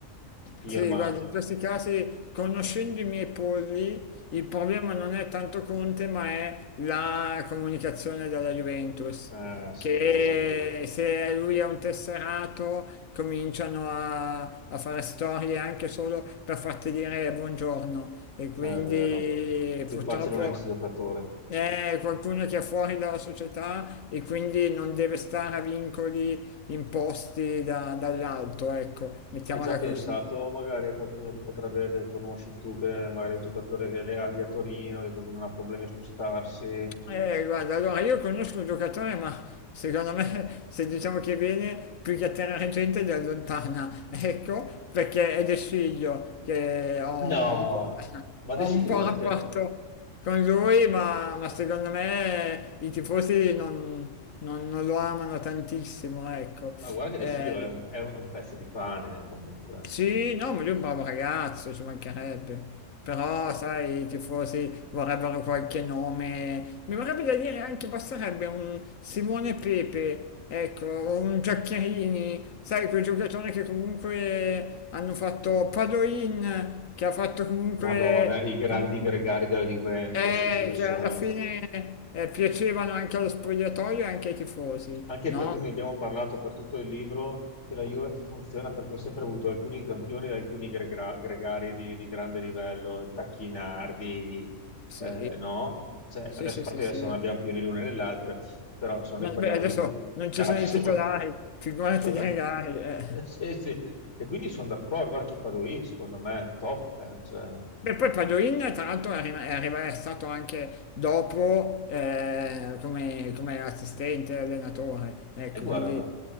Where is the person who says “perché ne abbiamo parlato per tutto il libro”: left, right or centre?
Left